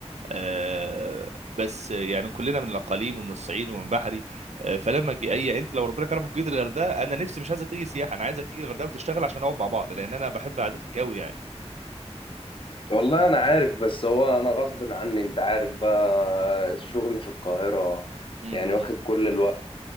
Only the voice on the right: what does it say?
آه بس يعني كلنا من الاقاليم ومن الصعيد ومن بحري آه فلما جي اي انت لو ربنا كرمك وجيت الغردقه انا نفسي مش عايزك تيجي سياحه انا عايزك تيجي الغردقه وتشتغل عشان نقعد مع بعض لان انا بحب قعدتك قوي يعني
مم.